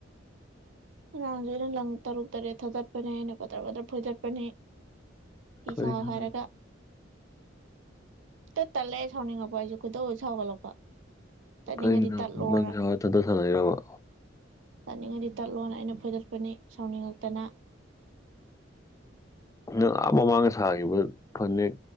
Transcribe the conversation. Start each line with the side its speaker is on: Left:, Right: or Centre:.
Right: ꯑꯉꯥꯡꯁꯦ ꯑꯩꯅ ꯂꯪ ꯇꯔꯨꯛ ꯇꯔꯦꯠ ꯊꯥꯗꯠꯄꯅꯦ ꯑꯩꯅ ꯕꯗꯔ ꯕꯇ꯭ꯔ ꯐꯣꯏꯗꯠꯄꯅꯦ ꯐꯤ
Left: ꯀꯔꯤꯒꯤꯅꯣ
Right: ꯁꯥꯎ ꯍꯥꯏꯔꯒ ꯇ ꯇꯜꯂ ꯁꯧꯅꯤꯡ ꯉꯡꯄ ꯑꯩꯖꯨ ꯈꯢꯗꯧ ꯁꯥꯎꯒꯠꯂꯛꯄ ꯇꯠꯅꯤꯡꯉꯗꯤ
Left: ꯀꯔꯤꯒꯤꯅꯣ
Right: ꯇꯠꯂꯣꯅ
Left: ꯅꯪꯁꯦ ꯅꯊꯟꯇ ꯁꯥꯟꯅꯩꯔꯕ
Right: ꯇꯠꯅꯤꯡꯉꯥꯏꯗꯤ ꯇꯠꯂꯣꯅ ꯑꯩꯅ ꯐꯣꯏꯗꯠꯄꯅꯤ ꯁꯥꯎꯅꯤꯡꯉꯛꯇꯅ
Left: ꯅꯪ ꯑꯥ ꯃꯃꯥꯡꯒ ꯁꯥꯈꯤꯕ ꯐꯅꯦꯛ